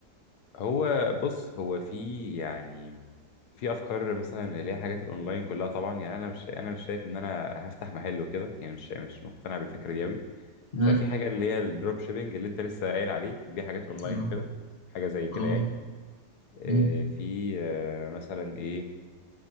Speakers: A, on the left; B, on the left.
A: هو بص هو في يعني في افكار مثلا اللي هي حاجات الاونلاين كلها طبعا يعني انا مش انا مش شايف ان انا هفتح محل وكده يعني مش مش مقتنع بالفكره دي قوي
B: مم.
A: ففي حاجه اللي هي الدروب شيبينج اللي انت لسه قايل عليه دي حاجات اونلاين
B: اه
A: وكده حاجه زي كده
B: اه
A: يعني آه،
B: مم.
A: في آه، مثلا ايه